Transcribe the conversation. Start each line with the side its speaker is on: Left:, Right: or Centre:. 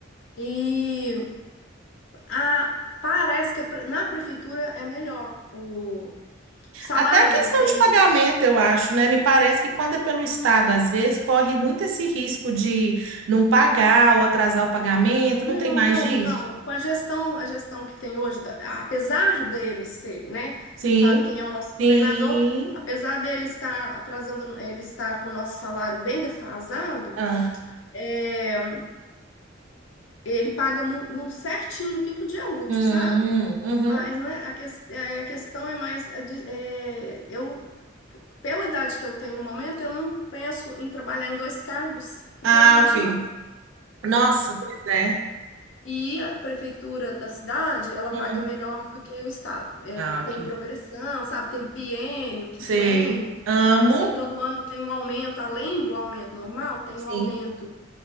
Left: e a- parece que a pre- na prefeitura é melhor. O, o salário
Right: Até a questão
Left: tem.
Right: de pagamento, eu acho, né? Me parece que quando é pelo Estado, às vezes, corre muito esse risco de não pagar ou atrasar o pagamento, não
Left: Não,
Right: tem mais
Left: não,
Right: disso?
Left: não. Com a gestão, a gestão que tem hoje, da- apesar dele ser, né?
Right: Sim,
Left: Você sabe quem é o nosso
Right: sim.
Left: governador, apesar dele estar atrasando, ele está com o nosso salário bem defasado.
Right: Ah,
Left: é, Ele paga mu- no certinho no quinto dia útil,
Right: hum,
Left: sabe?
Right: uhum.
Left: Mas, né, a, ques- é, a questão é mais, é de- é, eu, pela idade que eu tenho no momento, eu não penso em trabalhar em dois cargos futuramente,
Right: Ah, ok.
Left: não.
Right: Nossa, pois é.
Left: E a prefeitura da cidade, ela
Right: Hum.
Left: paga melhor do que o estado. É,
Right: Ah,
Left: e
Right: ok.
Left: tem progressão, sabe? Tem biênio, quinquênio.
Right: Sei. Amo.
Left: Assim, todo ano tem um aumento, além do aumento normal, tem
Right: Sim.
Left: um aumento.